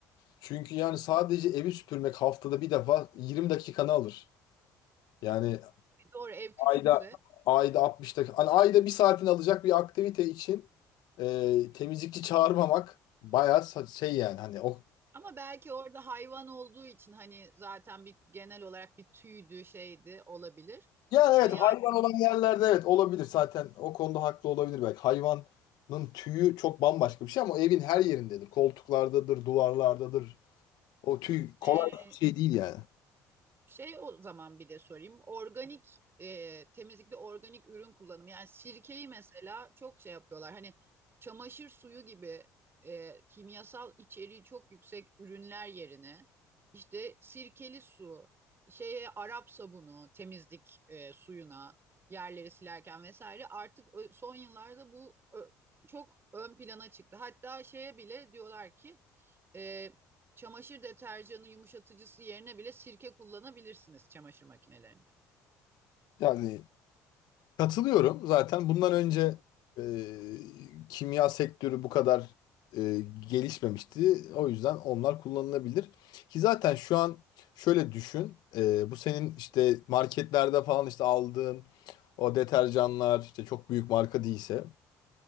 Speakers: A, on the left; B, on the right.
A: Çünkü yani sadece evi süpürmek haftada bir defa 20 dakikanı alır. Yani
B: Doğru ev küçükse
A: ayda ayda 60 dakika. Hani ayda bir saatini alacak bir aktivite için e, temizlikçi çağırmamak bayağı sa- şey yani hani o
B: ama belki orada hayvan olduğu için hani zaten bir genel olarak bir tüydü şeydi olabilir.
A: Yani
B: E,
A: evet
B: yani
A: hayvan olan yerlerde evet olabilir zaten o konuda haklı olabilir belki. Hayvanın tüyü çok bambaşka bir şey ama evin her yerindedir. Koltuklardadır, duvarlardadır. O tüy
B: e,
A: kolay bir şey değil yani.
B: şey o zaman bir de sorayım. Organik e, temizlikte organik ürün kullanımı. Yani sirkeyi mesela çok şey yapıyorlar. Hani çamaşır suyu gibi e, kimyasal içeriği çok yüksek ürünler yerine işte sirkeli su, şeye Arap sabunu, temizlik e, suyuna yerleri silerken vesaire artık ö- son yıllarda bu ö- çok ön plana çıktı. Hatta şeye bile diyorlar ki e, çamaşır deterjanı yumuşatıcısı yerine bile sirke kullanabilirsiniz çamaşır makinelerinde.
A: Yani katılıyorum zaten bundan önce e, kimya sektörü bu kadar e, gelişmemişti. O yüzden onlar kullanılabilir. Ki zaten şu an şöyle düşün e, bu senin işte marketlerde falan işte aldığın o deterjanlar işte çok büyük marka değilse